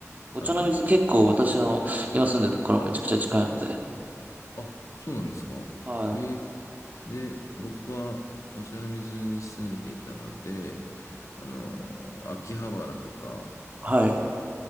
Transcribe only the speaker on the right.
お茶の水結構私の今住んでるところもめちゃくちゃ近いので。
はい。
はい。